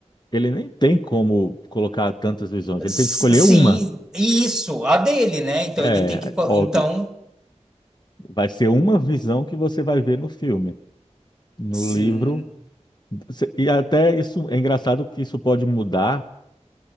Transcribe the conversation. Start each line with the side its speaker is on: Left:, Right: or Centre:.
Left: ele nem tem como colocar tantas visões,
Centre: s-
Left: ele tem que escolher
Centre: sim,
Left: uma.
Centre: e isso, a dele, né? Então
Left: É,
Centre: ele tem que, co-
Left: óbvio,
Centre: então,
Left: vai ser uma visão que você vai ver no filme, no
Centre: sim.
Left: livro. Se- E até isso é engraçado que isso pode mudar